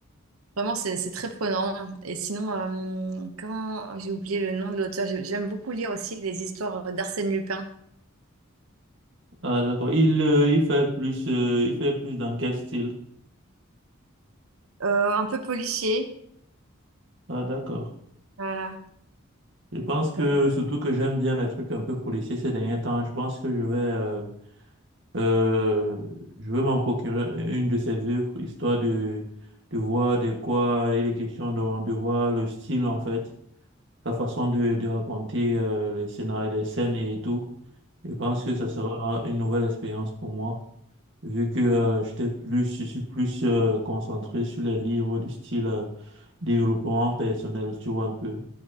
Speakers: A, on the right (about 85°); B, on the right (about 55°).
A: Vraiment, c'est c'est très prenant. Et sinon, euh, comment j'ai oublié le nom de l'auteur. J'ai- J'aime beaucoup lire aussi les histoires d'Arsène Lupin.
B: Ah d'accord. Il, euh, il fait plus, euh, il fait plus dans quel style?
A: Euh, un peu policier.
B: Ah d'accord.
A: Voilà.
B: Je pense que
A: Donc,
B: surtout que j'aime bien les trucs un peu policiers ces derniers temps. Je pense que je vais, euh, euh, je vais m'en procurer une de ses œuvres histoire de, de voir de quoi il est question, de, de voir le style en fait. ta façon de, de raconter euh, les scénarios, les scènes et tout. Je pense que ça sera une nouvelle expérience pour moi, vu que euh, j'étais plus, je suis plus euh, concentré sur les livres du style euh, développement personnel, tu vois un peu.